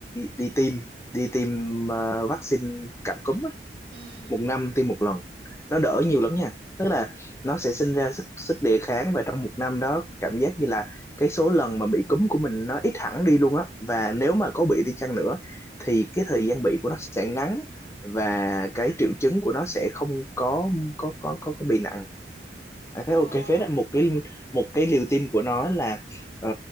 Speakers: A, on the left (about 15°); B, on the right (about 60°).
A: đi tiêm đi tiêm ờ, vaccine cảm cúm á,
B: Ừm,
A: một năm tiêm một lần nó đỡ
B: ờ,
A: nhiều lắm nha tức là nó sẽ sinh ra sức sức đề kháng và trong một năm đó cảm giác như là cái số lần mà bị cúm của mình nó ít hẳn đi luôn á và nếu mà có bị đi chăng nữa thì cái thời gian bị của nó sẽ ngắn và cái triệu chứng của nó sẽ không có có có có, có bị nặng À,
B: ờ,
A: thế ok phết đấy một cái một cái liều tiêm của nó là ờ,